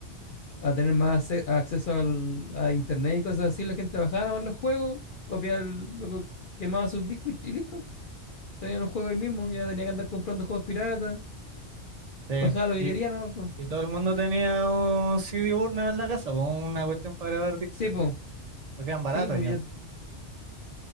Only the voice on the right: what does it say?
Sí,
y,
y todo el mundo tenía un CD burner en la casa, po, una cuestión para grabar discos,
porque eran baratos
ya.